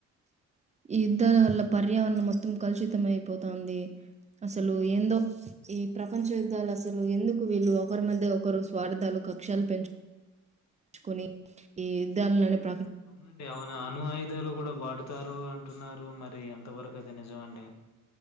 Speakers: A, on the right (about 25°); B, on the left (about 65°).
A: ఈ యుద్ధాల వల్ల పర్యావరణం మొత్తం కలుషితం అయిపోతుంది, అసలు ఏందో ఈ ప్రపంచ యుద్ధాలు అసలు ఎందుకు వీళ్ళు ఒకరి మధ్య ఒకరు స్వార్థాలు కక్షలు పెంచు, కోన్ని ఈ యుద్ధాలని ప్రకటించ
B: అ అ అనుయుధాలు కూడా వాడుతారు అంటున్నా, నారు మరి ఎంతవరకు అది నిజం అండి,